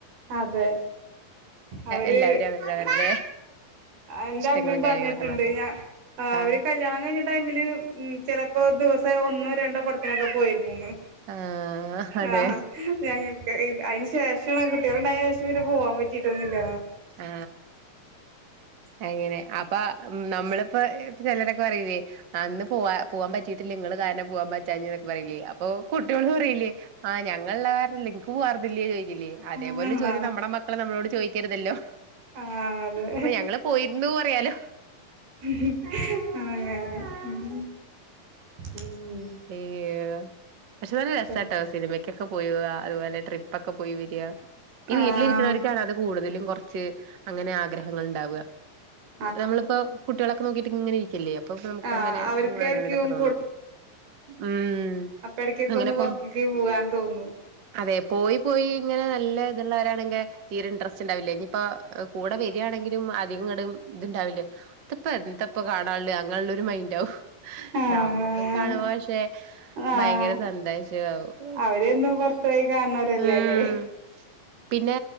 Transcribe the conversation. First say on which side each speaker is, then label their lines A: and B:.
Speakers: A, on the right; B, on the right.
A: അതെ അവര്
B: എല്ലാവരും അവരവരുടെ
A: ആ ആ എന്റെ
B: ഇഷ്ടങ്ങളും
A: അമ്മയും പറഞ്ഞിട്ടുണ്ട്
B: കാര്യങ്ങളൊക്കെ നോക്കാൻ
A: ഞാ അവര്
B: ആഹ്
A: കല്യാണം കഴിഞ്ഞ ടൈമില് ചിലപ്പോ ദിവ ഒന്നോ രണ്ടോ പടത്തിനൊക്കെ പോയിരു
B: ആഹ് അതെ
A: ആ ഞങ്ങക് അയിന് ശേഷ <unintelligible> ണ്ട യെഷം പിന്നെ പോവാൻ പറ്റിട്ടോന്നില്ല
B: ആ അങ്ങനെ അപ്പ നമ്മള് പ്പൊ ചെലരൊക്കെറയൂല്ലേ അന്ന് പോവാ പോവാൻ പറ്റീട്ടില്ല നിങ്ങള് കാനം പോവാൻ പറ്റ് ചാഞ്ഞന്നൊക്കെ <unintelligible> അപ്പം പറയില്ലേ അപ്പൊ കുട്ടികള് പറയില്ലേ ആ ഞങ്ങളുള്ള കാരണം എനക്ക് പോവാർന്നില്ലേ അതേപോലെ
A: ആഹ്
B: ചോദ്യം നമ്മ മക്കളെ നമ്മളോട് ചോദിക്കരുതല്ലോ
A: ആ അതെ
B: അപ്പൊ ഞങ്ങള് പോയിരുന്നു പറയാലോ
A: <unintelligible> ഉം
B: യോ പക്ഷെ നല്ല രസാട്ട
A: ഉം
B: സിനിമക്കൊക്കെ അയിപോലെ ട്രിപ്പൊക്കെ പൊയി വരാ ഈ
A: ആഹ്
B: വീട്ടിലിരിക്കിരിക്കുന്നോർക്കാണ് അത് കൂടുതലും കൊ ച്ച് അങ്ങനെ ആഗ്രഹങ്ങൾ ഉണ്ടാവ
A: <inaudible>
B: നമ്മളിപ്പോ കുട്ടികളൊക്കെ നോക്കിട്ട് ഇങ്ങനെ ഇരിക്കല്ലേ അപ്പൊ നമുക്ക്
A: ആ
B: അങ്ങനെ
A: അവർക്കായിരിക്കും
B: പോകാനൊക്കെ തോന്നും ഉം
A: അപ്പെടക്കൊക്കെ
B: അങ്ങനെ
A: ഒന്ന് പൊർത്തേക്ക്
B: പോ
A: പോവാൻ തോന്നും
B: അതെ പോയിപ്പോയി ഇങ്ങനെ നല്ലെത്ള്ളവരാണെങ്കി തീരെ ഇൻട്രസ്റ്റ് ഉണ്ടാവില്ലേ ഇനീപ്പോ കൂടെ വര്യാണെങ്കിലും അധികം കട ഇതുണ്ടാവില്ലേ അതിപ്പോ എന്തപ്പ കാണ ള്ള് അങ്ങനുള്ളൊരു മൈൻഡാവു
A: ആഹ്
B: നമ്മക്ക് കാണ <unintelligible> ക്ഷെ
A: ആഹ്
B: ഭയങ്കര സന്ത <unintelligible>
A: അവരെന്നും പുറത്തു പോയി കാണുന്നവരല്ലേ
B: ഉം
A: അല്ലേ
B: പിന്നെ